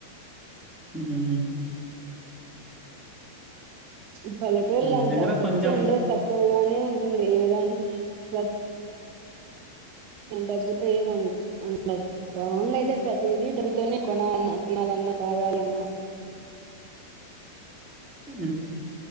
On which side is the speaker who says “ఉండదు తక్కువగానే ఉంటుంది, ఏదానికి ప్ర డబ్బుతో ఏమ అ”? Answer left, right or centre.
Right